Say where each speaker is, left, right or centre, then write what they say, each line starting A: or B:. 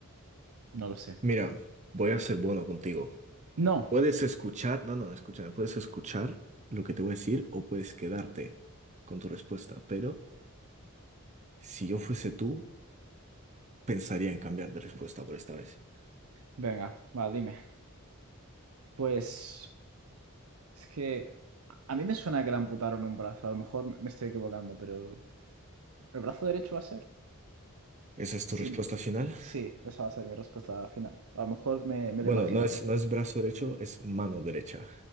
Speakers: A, on the right; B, on the right.
A: No lo sé.
B: mira, voy a ser bueno contigo.
A: No.
B: Puedes escuchar, no, no, escúchame, puedes escuchar lo que te voy a decir o puedes quedarte con tu respuesta, pero si yo fuese tú, pensaría en cambiar de respuesta por esta vez.
A: Venga, va, dime. Pues... Es que a mí me suena que le amputaron un brazo. A lo mejor me estoy equivocando, pero ¿el brazo derecho va a ser?
B: ¿Esa es tu
A: Sí,
B: respuesta final?
A: sí, esa va a ser mi respuesta final. A lo mejor me, me
B: Bueno,
A: lo he imaginado.
B: no es, no es brazo derecho, es mano derecha